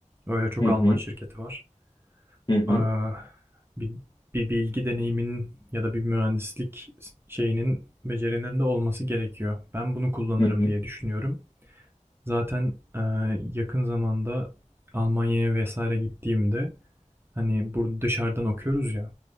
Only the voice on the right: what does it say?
Öyle çok
Alman
şirketi var.
Ee, bir, bir bilgi deneyiminin ya da bir mühendislik şeyinin becerinin de olması gerekiyor. Ben bunu kullanırım
diye düşünüyorum. Zaten e, yakın zamanda Almanya'ya vesaire gittiğimde hani burada dışarıdan okuyoruz ya.